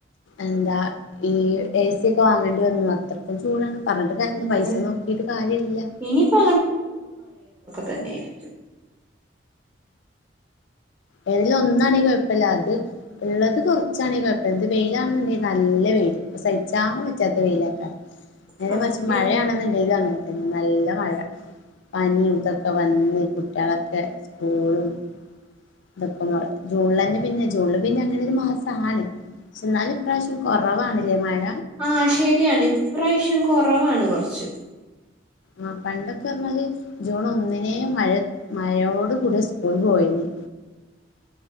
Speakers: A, on the left; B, on the right.
A: എന്താ ഈ എസിയൊക്കെ വാങ്ങേണ്ടി വന്നത് അത്രക്കും ചൂടാണ് പറഞ്ഞിട്ട് കാര്യല്ല
B: <unintelligible>
A: പൈസ നോക്കിട്ട് കാര്യല്ല
B: ഇനി <unintelligible> <unintelligible> ഇപ്പൊ തന്നെയാരിക്കും
A: ഏതെങ്കിലും ഒന്നാണെങ്കി കൊഴപ്പില്ലാ ഇത് ഇള്ളത് കൊറച്ചാണെങ്കി കൊഴപ്പില്ലാ ഇത് വെയിലാണെങ്കി നല്ല വെയില് സഹിച്ചാൻ പറ്റാത്ത വെയിലാ <unintelligible>
B: സത്യം
A: മഴയാണെന്നിണ്ടെങ്കി അങ്ങനെ നല്ല മഴ പനി ഇതൊക്കെ വന്ന് കുട്ടികളൊക്കെ സ് <unintelligible> <unintelligible> ജൂണിലൊക്കെ പിന്നെ ജൂണില് പിന്നെ അങ്ങനൊരു മാസാണ് പക്ഷേ എന്നാലും ഇപ്രാവശ്യം കൊറവാണല്ലേ മഴ
B: ആ ശരി യാണ് ഇപ്രാവശ്യം കൊറവാണ് കൊറച്ച്
A: ആ പണ്ടൊക്കെ പറഞ്ഞാല് ജൂൺ ഒന്നിനേ മഴ മഴയോടു കൂടിയാ സ്‌കൂളില് പോയിരിന്നു